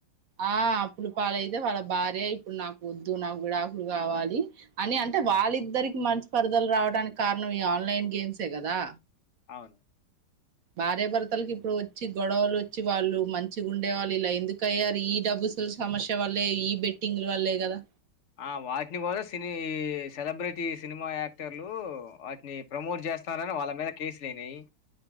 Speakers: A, on the right (about 60°); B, on the left (about 50°).
A: ఆ అప్పుడు పాలైతే వాళ్ళ భార్య ఇప్పుడు నాకు ఒద్దు నాకు విడాకులు కావాలి అని అ అంటే వాళ్ళిద్దరికి మంచి పర్దలు రావడానికి కారణం ఈ ఆన్లైన్ గేమ్సే కదా
B: అవును
A: భార్యభర్తలకి ఇప్పుడు వచ్చి గొడవలు వచ్చి వాళ్ళు మంచిగా ఉండేవాళ్ళు ఇలా ఎందుకు అయ్యారు ఈ డబ్బు అసలు సమస్య వల్లే ఈ బెట్టింగ్ల వల్లే కదా
B: ఆ వాటిని కూడ సినీ సెలబ్రిటీ సినిమా యాక్టర్లు వాటిని ప్రమోట్ చేస్తరని వాళ్ళ మీద కేసులు అయినాయి